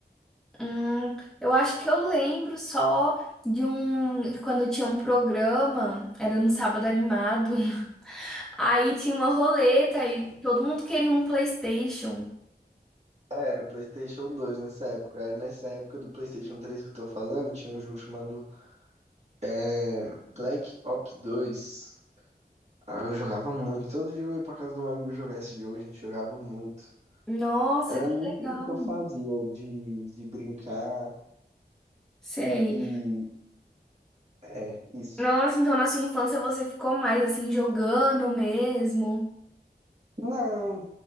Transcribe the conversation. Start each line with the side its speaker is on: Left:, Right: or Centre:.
Centre: Hum, eu acho que eu lembro só de um. Quando tinha um programa, era no sábado animado. <laughs> Aí tinha uma roleta e todo mundo queria um PlayStation.
Right: Ah, Era PlayStation 2 nessa época. Aí nessa época do PlayStation 3 que eu tô falando, tinha um jogo chamado é, Black Ops 2. Ah, Eu jogava muito. Todo dia eu ia pra casa do meu amigo jogar esse jogo, a gente jogava muito.
Centre: Nossa,
Right: Era
Centre: que
Right: muito
Centre: legal.
Right: isso que eu fazia de, de brincar
Centre: Sei.
Right: e é isso.
Centre: Nossa, então na sua infância você ficou mais assim jogando mesmo.
Right: Não,